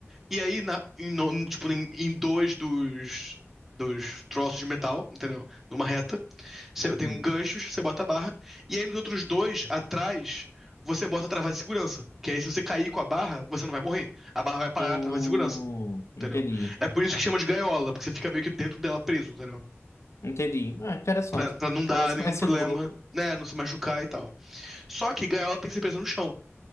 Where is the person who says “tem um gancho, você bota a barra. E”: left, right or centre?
Centre